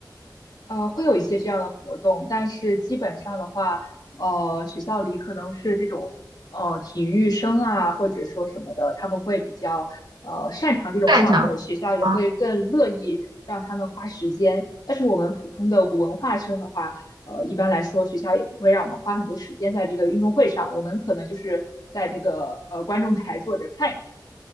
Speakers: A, on the left; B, on the right.
A: 呃，会有一些这样的活动，但是基本上的话，呃，学校里可能是这种呃体育生啊，或者说什么的，他们会比较呃擅长这种项目，
B: 战场啊
A: 学校也会更乐意让他们花时间。但是我们普通的文化生的话，呃，一般来说学校也不会让我们花很多时间在这个运动会上，我们可能就是在这个呃观众台坐着看一看。